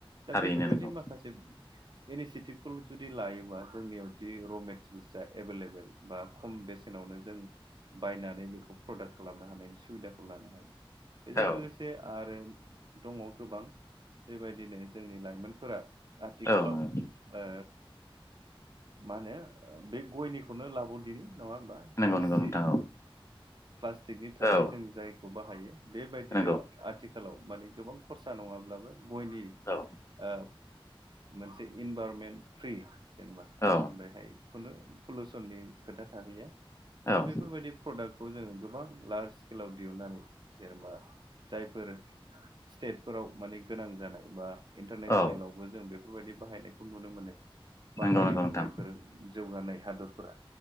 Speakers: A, on the right; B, on the left.
A: दा
B: थारैनो
A: बेफोरबायदि
B: नंगौ
A: माखासे इनिसियेटिभखौ जुदि लायोबा जोंनियावदि र' मेटेरियेल्सआ एभेलेबल बा खम बेसेनाव जों बायनानै बेखौ प्रडाक्ट खालामनो हानायनि सुबिदा लानो हायो बेजों
B: औ
A: लोगोसे आरो दङ गोबां। बेबायदिनो जोंनि लाइमोनफोरा आथिखालाव
B: औ नंगौ
A: ओ मा होनो बे गयनिखौनो लाबाव दिनि नङा होमबा
B: नंगौ
A: थोरसि?
B: नंगौ नोंथां
A: प्लास्टिकनि
B: औ
A: थोरसि
B: औ
A: जों जायखौ बाहायो बेबायदिनो
B: नंगौ
A: आथिखालाव माने गोबां खरसा नङाब्लाबो गयनि
B: औ
A: ओ मोनसे इनभाररनमेन्ट फ्रि जेनेबा
B: औ
A: बेहाय खुनु पलुउसननि खोथा थाहैया दा
B: औ
A: बेफोरबायदि प्रडाक्ट खौ जोङो गोबां लार्ज स्केलाव दिहुनन्नानै जेनेबा जायफोर। स्टेटफोराव माने गोनां जानाय बा इन्टारनेसनेलावबो
B: औ
A: जों बेफोरबायदि बाहायनायखौ नुनो मोनो। बाहायो
B: नंगौ नंगौ नोंथां
A: जायफोर जौगानाय हादरफोरा